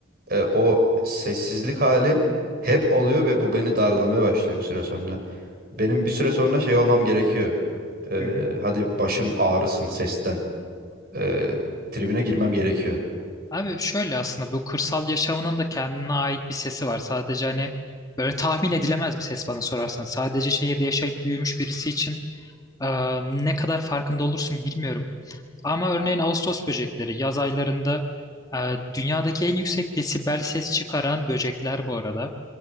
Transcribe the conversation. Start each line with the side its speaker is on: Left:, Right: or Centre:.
Right: e, o sessizlik hali hep oluyor ve bu beni darlamaya başlıyor bir süre sonra. Benim bir süre sonra şey olmam gerekiyor. E,
Left: Hı hı.
Right: hadi başım ağrısın sesten. E, tribine girmem gerekiyor.
Left: Abi şöyle aslında bu kırsal yaşamının da kendine ait bir sesi var. Sadece hani böyle tahmin edilemez bir ses bana sorarsan. Sadece şehirde yaşayıp büyümüş birisi için e, ne kadar farkında olursun bilmiyorum. Ama örneğin Ağustos böcekleri yaz aylarında e, dünyadaki en yüksek desibel ses çıkaran böcekler bu arada.